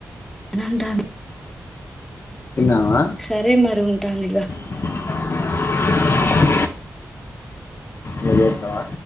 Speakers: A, in the centre; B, on the left.
A: అంట
B: తిన్నావా
A: సరే మరి ఉం ానీలా
B: <unintelligible> లగేత్తవా